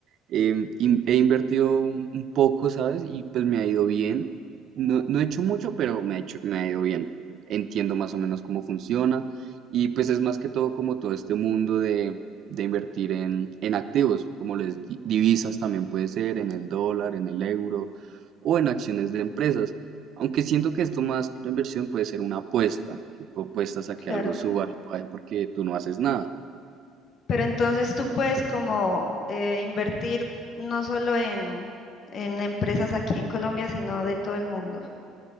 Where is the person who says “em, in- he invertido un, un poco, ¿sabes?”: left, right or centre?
Right